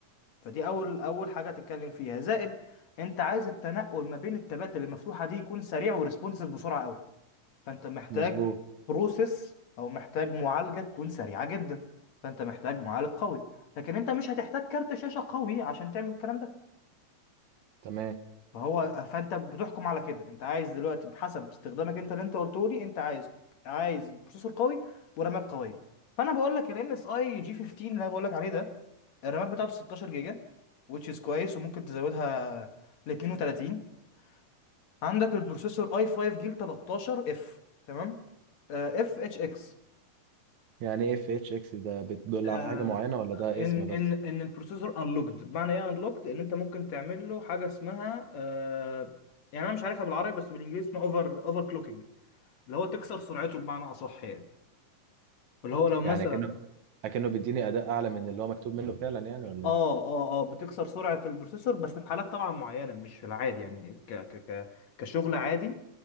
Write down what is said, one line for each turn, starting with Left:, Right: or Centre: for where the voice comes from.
Left: فدي اول اول حاجه تتكلم فيها زائد انت عايز التنقل ما بين التابات اللي مفتوحه دي يكون سريع وريسبونسيف بسرعه قوي فانت محتاج
Right: مظبوط
Left: بروسيس او محتاج معالجه تكون سريعه جدا فانت محتاج معالج قوي لكن انت مش هتحتاج كارت شاشه قوي عشان تعمل الكلام ده
Right: تمام
Left: فهو فانت بتحكم على كده انت عايز دلوقتي بحسب استخدامك انت اللي انت قلته لي انت عايز عايز بروسيسور قوي ورامات قويه فانا بقول لك الام اس اي جي 15 اللي انا بقول لك عليه ده الرامات بتاعته 16 جيجا which is كويس وممكن تزودها ل 32 عندك البروسيسور اي 5 جيل 13 اف تمام اف اتش اكس
Right: يعني ايه اف اتش اكس ده بتدل
Left: آه،
Right: على حاجه معينه ولا ده
Left: ان
Right: اسم بس
Left: ان ان البروسيسور انلوكد بمعنى ايه انلوكد ان انت ممكن تعمل له حاجه اسمها آه، يعني انا مش عارفها بالعربي بس بالانجليزي اسمها اوفر اوفر كلوكينج اللي هو تكسر سرعته بمعنى اصح يعني اللي هو لو مثلا
Right: يعني اكنه اكنه بيديني اداء اعلى من اللي هو مكتوب منه فعلا يعني ولا
Left: اه
Right: ايه
Left: اه اه بتكسر سرعة البروسيسور بس في حالات طبعا معينة مش في العادي يعني ك ك ك كشغل عادي